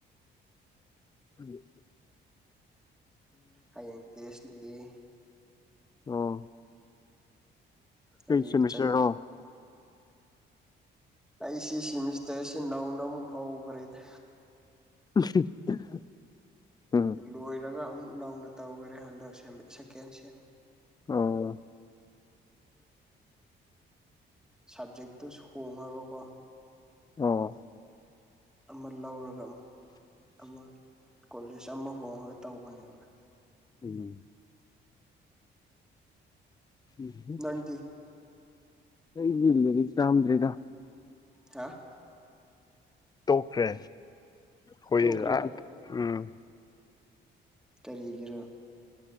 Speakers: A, on the left; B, in the centre.
A: ꯎꯝ
B: ꯍꯌꯦꯡ ꯇꯦꯁ ꯂꯩꯌꯦ
A: ꯑꯣ ꯀꯔꯤ
B: ꯑꯗꯨꯒꯤ
A: ꯁꯦꯃꯦꯁꯇꯔꯔꯣ
B: ꯆꯠ ꯑꯩꯁꯤ ꯁꯤꯃꯤꯁꯇꯔꯁꯤ ꯅꯧꯅ ꯑꯃꯨꯛ ꯍꯧꯒ꯭ꯔꯦꯗ
A: <unintelligible> ꯎꯝ
B: ꯂꯣꯏꯔꯒ ꯑꯃꯨꯛ ꯅꯧꯅ ꯇꯧꯒꯔꯦ ꯍꯟꯗꯛ ꯁꯦꯝꯕ ꯁꯦꯀꯦꯟꯁꯦꯝ
A: ꯑꯣ
B: ꯁꯕꯖꯦꯛꯇꯨ ꯁꯨ ꯍꯣꯡꯉꯒꯀꯣ
A: ꯑꯣ
B: ꯑꯃ ꯂꯧꯔꯒ ꯑꯃꯨꯛ ꯑꯃ ꯀꯣꯂꯦꯖ ꯑꯃ ꯍꯣꯡꯉꯒ ꯇꯧꯕꯅꯦꯕ
A: ꯎꯝ ꯎꯝ
B: ꯅꯪꯗꯤ
A: ꯑꯩꯗꯤ ꯂꯥꯏꯔꯤꯛ ꯇꯝꯗ꯭ꯔꯦꯗ
B: ꯍꯥ
A: ꯇꯣꯛꯈ꯭ꯔꯦ ꯍꯣꯏ
B: ꯇꯣꯛꯈ꯭ꯔꯦ
A: ꯑ ꯎꯝ
B: ꯀꯔꯤꯒꯤꯔꯥ